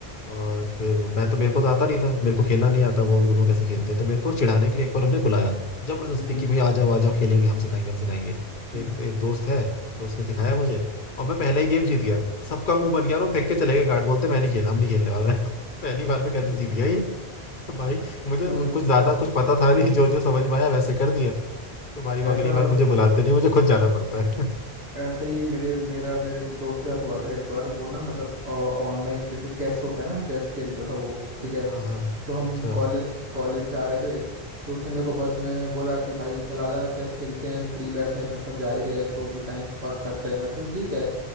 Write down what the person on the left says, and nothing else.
और फिर मैं तो मेरे को तो आता नहीं था मेरे को खेलना नहीं आता वो उनो कैसे खेलते हैं तो मेरे को चिढ़ाने के लिए एक बार उन्होंने बुलाया जबरदस्ती
कि भाई आ जाओ आ जाओ खेलेंगे हम सिखाएंगे हम सिखाएंगे तो
एक, एक दोस्त है दोस्त ने सिखाया मुझे और मैं पहले ही गेम जीत गया सबका मुंह बन गया और वो फेंक के चले गए कार्ड बोलते मैं नहीं खेल हम नहीं खेलने वाला <laughs> पहली बार में कैसे
जीत गया <laughs> भाई मुझे
वो कुछ ज्यादा कुछ पता था नहीं जो जो समझ में आया वैसे कर दिया तो भाई वो
अगली बार मुझे बुलाते नहीं मुझे खुद जाना पड़ता है
<laughs>
हाँ हाँ
अच्छा